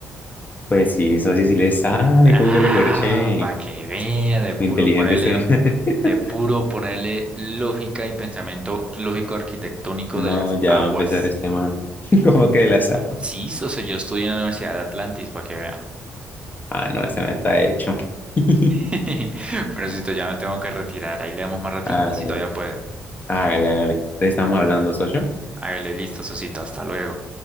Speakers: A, on the left (about 30°); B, on the right (about 20°).
A: Pues sí, eso sí, sí le sabe,
B: Ah,
A: ¿cómo que lo corché?
B: para que vea, de puro
A: Muy inteligente
B: ponerle,
A: este man. <laughs>
B: de puro ponerle lógica y pensamiento lógico arquitectónico
A: No,
B: de las
A: ya
B: aguas.
A: va a empezar este man. <laughs> ¿Cómo que la sabe?
B: Sí, Sosi, yo estudié en la Universidad de Atlantis, para que vea.
A: Ah, no, este man está hecho. <laughs>
B: <laughs> Pero Sosito, ya me tengo que retirar. Ahí le damos más ratito
A: Hágale,
B: si todavía
A: pues.
B: puede.
A: hágale, hágale. Entonces, estamos hablando, socio.
B: Hágale listo, Sosito. Hasta luego.